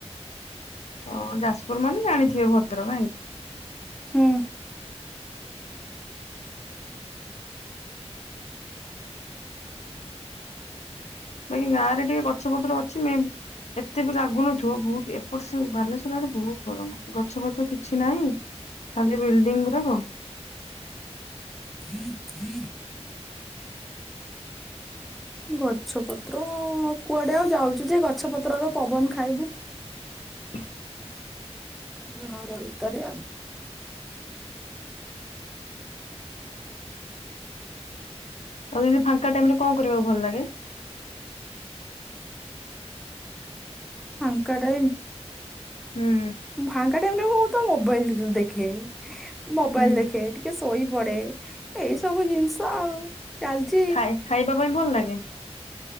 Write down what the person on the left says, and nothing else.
ହଁ ଯାଜପୁର ମାନେ ଜାଣିଥିବେ ଭଦ୍ରକ ନା କି
ବାକି ଗାଁ ରେ ଟିକେ ଗଛ ପତ୍ର ଅଛି। ମେ ବି ଏତେ ବି ଲାଗୁନଥିବ ବହୁତ ଏପଟ ସି ବାଲେଶ୍ଵର ଆଡ଼େ ବହୁତ ଗରମ ଗଛ ଫଛ କିଛି ନାହିଁ ଖାଲି ବିଲଡିଙ୍ଗ ନା କଅ
ହ
ହୁଁ ଆଉ ଯଦି ଫାଙ୍କା ଟାଇମରେ କଣ କରିବାକୁ ଭଲ ଲାଗେ?
ହୁଁ
ହୁଁ
ଖାଇ ଖାଇବା ପାଇଁ ଭଲ ଲାଗେ?